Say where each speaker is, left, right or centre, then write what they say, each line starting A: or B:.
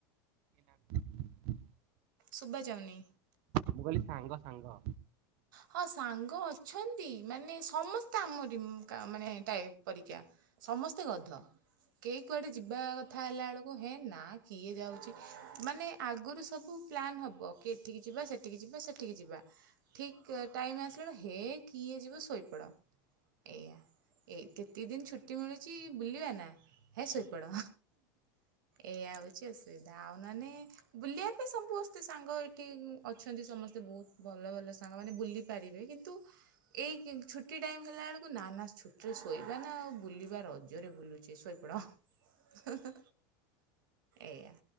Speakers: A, on the right (about 55°); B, on the right (about 85°).
A: <inaudible>
B: ଶୁବାଯାଉନି।
A: ମୁଁ କହିଲି ସାଙ୍ଗ ସାଙ୍ଗ।
B: ହଁ ସାଙ୍ଗ ଅଛନ୍ତି ମାନେ ସମସ୍ତେ ଆମରି କା ମାନେ ଟାଇପ୍ ପରୀକା। ସମସ୍ତେ ଗଧ। କେହି କୁଆଡ଼େ ଯିବା କଥା ହେଲା ବେଳକୁ ହେଁ ନା କିଏ ଯାଉଛି ମାନେ ଆଗରୁ ସବୁ ପ୍ଲାନ୍ ହବ କି ଏଠିକି ଯିବା ସେଠିକି ଯିବା ସେଠିକି ଯିବା। ଠିକ୍ ଟାଇମ୍ ଆସିଲା ବେଳୁ ହେ କିଏ ଯିବ ଶୋଇପଡ଼, ଏଇଆ। ଏଇ କେତିକି ଦିନ୍ ଛୁଟି ମିଳୁଛି ବୁଲିବା ନା ହେ ଶୋଇପଡ଼। ଏଇଆ ହଉଛି ଅସୁବିଧା ଆଉ ନନେ ବୁଲିବା ପାଇଁ ସବୁସ୍ତେ ସାଙ୍ଗ ଏଠି ଅଛନ୍ତି ସମସ୍ତେ ବହୁତ ଭଲ ଭଲ ସା ସାଙ୍ଗମାନେ ବୁଲି ପାରିବେ କିନ୍ତୁ ଏଇ କି ଛୁଟି ଟାଇମ୍ ହେଲାବେଳକୁ ନା ନା ଛୁଟିରେ ଶୋଇବା ନା ଆଉ ବୁଲିବା ରଜରେ ବୁଲୁଛେ ଶୋଇ ଉପୁଡ଼ ଏଇଆ।